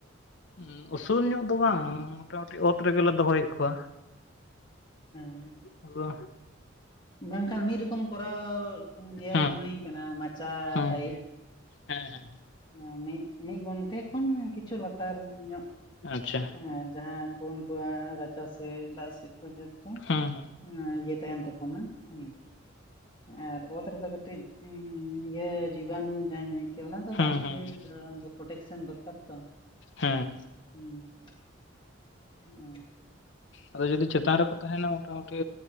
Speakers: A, on the left; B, on the left.
A: ᱩᱸ ᱩᱥᱩᱞ ᱧᱚᱜ ᱫᱚ ᱵᱟᱝ ᱢᱚᱴᱟᱢᱩᱴᱤ ᱚᱛ ᱨᱮᱜᱮᱞᱮ ᱫᱚᱦᱚᱭᱮᱫ ᱠᱚᱣᱟ᱾
B: ᱦᱮᱸ
A: ᱟᱫᱚ
B: ᱵᱟᱝᱠᱷᱟᱱ ᱢᱤᱫ ᱨᱚᱠᱚᱢ ᱠᱚᱨᱟᱣ ᱧᱮᱞ
A: ᱦᱮᱸ
B: ᱦᱩᱭ ᱠᱟᱱᱟ ᱢᱟᱪᱟ
A: ᱦᱮᱸ
B: ᱴᱟᱭᱤᱯ᱾
A: ᱦᱮᱸ ᱦᱮᱸ
B: ᱚᱸ ᱢᱤᱜ ᱢᱤᱜ ᱜᱷᱚᱱᱴᱮ ᱠᱷᱚᱱ ᱠᱤᱹᱪᱷᱩ ᱞᱟᱛᱟᱨ ᱧᱚᱜ
A: ᱟᱪᱪᱷᱟ
B: ᱮᱸ ᱡᱟᱦᱟᱸ ᱠᱚ ᱩᱱᱠᱩᱣᱟᱜ ᱨᱟᱪᱟ ᱥᱮ ᱫᱟᱜ ᱥᱮᱫ ᱠᱚ ᱡᱚᱛᱚ
A: ᱦᱮᱸ ᱦᱮᱸ
B: ᱚᱸ ᱤᱭᱟᱹ ᱛᱟᱭᱚᱢ ᱛᱮᱠᱚ ᱮᱢᱟ ᱦᱮᱸ ᱟᱨ ᱚᱛ ᱨᱮᱫᱚ ᱠᱟᱹᱴᱤᱡ ᱦᱩᱸᱻ ᱤᱭᱟᱹ ᱡᱤᱵᱟᱱᱩ ᱡᱟᱦᱟᱸᱧ ᱢᱮᱱ ᱠᱮᱭᱟ ᱚᱱᱟ ᱫᱚ
A: ᱦᱮᱸ
B: ᱢᱟᱥᱴᱞᱤ
A: ᱦᱮᱸ ᱦᱮᱸ
B: ᱯᱨᱚᱴᱮᱠᱥᱮᱱ ᱫᱚᱨᱠᱟᱨ ᱛᱚ᱾
A: ᱦᱮᱸ
B: ᱦᱮᱸ <unintelligible>
A: ᱟᱫᱚ ᱡᱚᱫᱤ ᱪᱮᱛᱟᱱ ᱨᱮᱠᱚ ᱛᱟᱦᱮᱸᱱᱟ ᱢᱚᱴᱟᱢᱩᱴᱤ